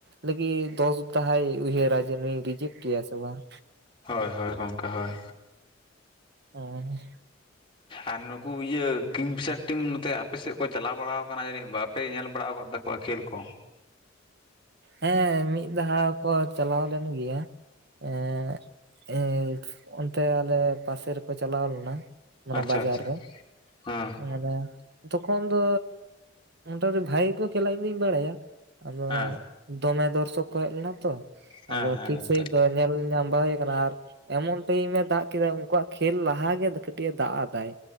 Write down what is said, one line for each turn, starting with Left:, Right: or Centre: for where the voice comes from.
Right: ᱞᱟᱹᱜᱤᱫ ᱫᱚᱥ ᱫᱟᱦᱟᱭ ᱩᱭᱦᱟᱹᱨᱟ ᱡᱮ ᱱᱩᱭ ᱨᱤᱡᱮᱠᱴ ᱮᱭᱟ ᱥᱮ ᱵᱟᱝ᱾
Left: ᱦᱳᱭ ᱦᱳᱭ ᱜᱚᱝᱠᱮ ᱦᱳᱭ᱾
Right: <inaudible>
Left: ᱟᱨ ᱱᱩᱠᱩ ᱤᱭᱟᱹ ᱠᱤᱝ ᱯᱷᱤᱥᱟᱨ ᱴᱤᱢ ᱱᱚᱛᱮ ᱟᱯᱮ ᱥᱮᱫ ᱠᱚ ᱪᱟᱞᱟᱣ ᱵᱟᱲᱟᱣ ᱟᱠᱟᱱᱟ ᱡᱟᱹᱱᱤᱡ ᱵᱟᱯᱮ ᱧᱮᱞ ᱵᱟᱲᱟ ᱟᱠᱟᱫ ᱠᱚᱣᱟᱜ ᱠᱷᱮᱞ ᱠᱚ᱾
Right: ᱦᱮᱸ ᱢᱤᱫ ᱫᱷᱟᱣ ᱠᱚ ᱪᱟᱞᱟᱣ ᱞᱮᱱ ᱜᱮᱭᱟ᱾ ᱮᱸᱜ ᱮ ᱚᱱᱛᱮ ᱟᱞᱮ ᱯᱟᱥᱮ ᱨᱮᱠᱚ ᱪᱟᱞᱟᱣ ᱞᱮᱱᱟ᱾ ᱚᱱᱟ
Left: ᱟᱪᱪᱷᱟ
Right: ᱵᱟᱡᱟᱨ
Left: ᱟᱪᱪᱷᱟ
Right: ᱨᱮ᱾
Left: ᱦᱮᱸ
Right: ᱚᱱᱟ ᱫᱚ ᱛᱚᱠᱷᱚᱱ ᱫᱚ ᱢᱚᱴᱟᱢᱩᱴᱤ ᱵᱷᱟᱜᱮ ᱜᱮᱠᱚ ᱠᱷᱮᱞᱟ ᱤᱧ ᱫᱩᱧ ᱵᱟᱲᱟᱭᱟ᱾ ᱟᱫᱚ
Left: ᱦᱮᱸ
Right: ᱫᱚᱢᱮ ᱫᱚᱨᱥᱚᱠ ᱠᱚ ᱦᱮᱡ ᱞᱮᱱᱟ ᱛᱚ᱾
Left: ᱦᱮᱸ
Right: ᱟᱫᱚ
Left: ᱦᱮᱸ
Right: ᱴᱷᱤᱠ
Left: ᱜᱚᱝᱠᱮ
Right: ᱥᱟᱹᱦᱤᱡ ᱫᱚ ᱧᱮᱞ ᱧᱟᱢ ᱵᱟᱝ ᱦᱩᱭ ᱟᱠᱟᱱᱟ ᱟᱨ ᱮᱢᱚᱱ ᱴᱟᱭᱤᱢᱮ ᱫᱟᱜ ᱠᱮᱫᱟ, ᱩᱱᱠᱩᱣᱟᱜ ᱠᱷᱮᱞ ᱞᱟᱦᱟ ᱮ ᱠᱟᱹᱴᱤᱡ ᱮ ᱫᱟᱜ ᱟᱫᱟᱭ᱾